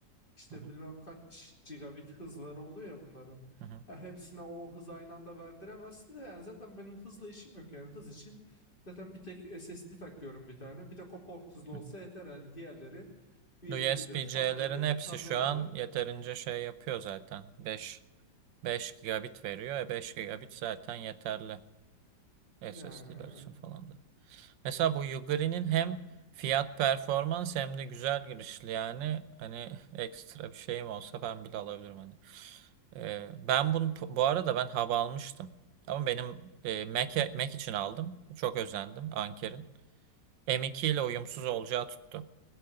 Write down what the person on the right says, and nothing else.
Hı hı,
hı hı,
hı
hı.
USB-C'lerin
hepsi
şu an yeterince şey yapıyor zaten. Beş. 5 gigabit veriyor. E beş gigabit zaten yeterli SSD'ler
için falan da. Mesela bu Yuguri'nin hem fiyat performans hem de güzel girişli yani hani ekstra bir şeyim olsa ben bile alabilirim hani. E, ben bunu bu arada ben hava almıştım. Ama benim e, Mac'e- Mac, için aldım. Çok özendim Anker'in. M2 ile uyumsuz olacağı tuttu.